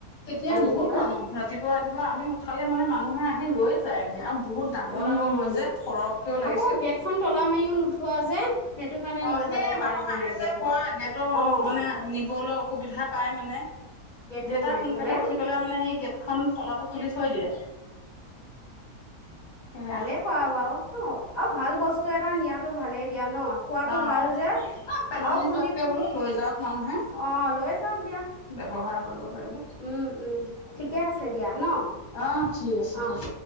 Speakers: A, on the left; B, on the left.
A: তেতিয়া
B: আনিবলৈ
A: বহুত মানুহ, ৰাতিপুৱা ৰাতিপুৱা আমি উঠালে মানে মানুহে আহি লৈয়ে যায় আৰু বহুত ডাঙৰ
B: উম,
A: ডাঙৰ হয় যে, সৰহকৈও লাগিছিল।
B: আকৌ গেটখন তলা মাৰিও নুঠোৱা যে সেইটো কাৰণে
A: অ',
B: লৈ
A: সেই
B: যাব পাৰে
A: মানুহ
B: ধুনীয়াকে
A: আহে যে কোৱা গেটৰ
B: অ',
A: মানে নিবলৈ সুবিধা পায় মানে।
B: গেটটো
A: দেউতা
B: মাৰি
A: সোনকালে
B: থলে।
A: উঠি
B: অ',
A: পেলাই মানে সেই গেটখন তলাটো খুলি থৈ দিয়ে সেয়া
B: ভালেই কআ বাৰু অ', আৰু ভাল বস্তু এটা নিয়াত ভালেই। দিয়া ন খোৱাটো
A: অ',
B: ভাল যে
A: অ', পেলনি
B: আৰু খুন্দি
A: যোৱাতকে বোলো লৈ যাওক মানুহে।
B: অ', লৈ যাওক দিয়া
A: ব্যৱহাৰ কৰিব কৰিব,
B: উম, উম, ঠিকে আছে দিয়া ন
A: অ', ঠিক আছে
B: অ'।
A: দিয়া।